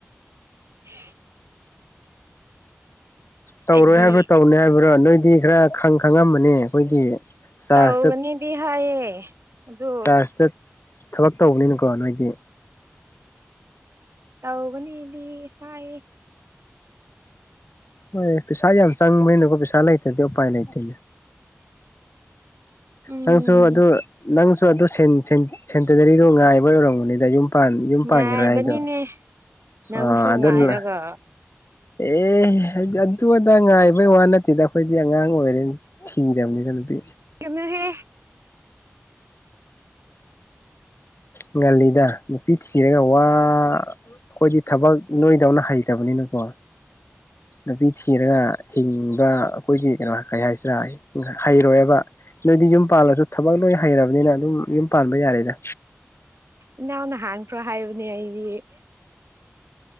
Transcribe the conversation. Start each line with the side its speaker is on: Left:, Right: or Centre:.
Right: ꯍ <inaudible>
Left: ꯇꯧꯔꯣꯏ
Right: ꯑꯩꯗꯤ
Left: ꯍꯥꯏꯕ꯭ꯔꯣ ꯇꯧꯅꯤ ꯍꯥꯏꯕ꯭ꯔꯣ ꯅꯣꯏꯗꯤ ꯈꯔ ꯈꯪ ꯈꯪꯉꯃꯅꯤ ꯑꯩꯈꯣꯏꯒꯤ ꯆꯥꯔꯖꯇ
Right: ꯇꯧꯒꯅꯤꯗꯤ ꯍꯥꯏꯌꯦ ꯑꯗꯨ
Left: ꯆꯠ ꯊꯕꯛ ꯇꯧꯕꯅꯤꯅꯀꯣ ꯅꯣꯏꯗꯤ
Right: ꯇꯧꯒꯅꯤꯗꯤ ꯍꯥꯏꯌꯦ
Left: ꯍꯣꯏ ꯄꯩꯁꯥ ꯌꯥꯝ ꯆꯪꯕꯅꯤꯅꯀꯣ ꯄꯩꯁꯥ ꯂꯩꯇ꯭ꯔꯗꯤ ꯎꯄꯥꯏ ꯂꯩꯇꯦ
Right: ꯎꯝ
Left: ꯍ <unintelligible> ꯁꯨ ꯑꯗꯨ ꯅꯪꯁꯨ ꯑꯗꯨ ꯁꯦꯟ ꯁꯦꯟ ꯁꯦꯟꯇꯗꯔꯤꯗꯣ ꯉꯥꯏꯕ ꯑꯣꯏꯔꯝꯒꯅꯤꯗ ꯌꯨꯝ ꯌꯨꯝ
Right: ꯉꯥꯏꯕꯅꯤꯅꯦ
Left: ꯄꯥꯟꯈꯤꯔꯣꯢ ꯍꯥꯏꯗꯣ
Right: ꯅꯪꯁꯨ
Left: ꯑꯥ ꯑꯗꯨꯅ
Right: ꯉꯥꯏꯔꯒ
Left: ꯑꯦ ꯍꯥꯏꯗꯤ ꯑꯗꯨ ꯑꯗꯥ ꯉꯥꯏꯕꯩ ꯋꯥ ꯅꯠꯇꯦꯗ ꯑꯩꯈꯣꯏꯗꯤ ꯑꯉꯥꯡ ꯑꯣꯏꯔꯤ ꯊꯤꯗꯝꯅꯤꯗ ꯅꯨꯄꯤ
Right: ꯀꯩꯝꯅꯍꯦ
Left: ꯉꯜꯂꯤꯗ ꯅꯨꯄꯤ ꯊꯤꯔꯒ ꯋꯥ ꯑꯩꯈꯣꯏꯗꯤ ꯊꯕꯛ ꯅꯣꯏꯗꯧꯅ ꯍꯩꯇꯕꯅꯤꯅꯀꯣ ꯅꯨꯄꯤ ꯊꯤꯔꯒ ꯍꯤꯡꯕ ꯑꯩꯈꯣꯏꯒꯤ ꯀꯩꯅꯣ ꯀꯩ ꯍꯥꯏꯁꯤꯔ ꯍꯩꯔꯣꯏꯕ ꯅꯣꯏꯗꯤ ꯌꯨꯝ ꯄꯥꯜꯂꯁꯨ ꯊꯕꯛ ꯂꯣꯏ ꯍꯩꯔꯕꯅꯤꯅ ꯑꯗꯨꯝ ꯌꯨꯝ ꯄꯥꯟꯕ ꯌꯥꯔꯦꯗ
Right: ꯏꯅꯥꯎꯅ ꯍꯥꯟꯈ꯭ꯔꯣ ꯍꯥꯏꯕꯅꯦ ꯑꯩꯗꯤ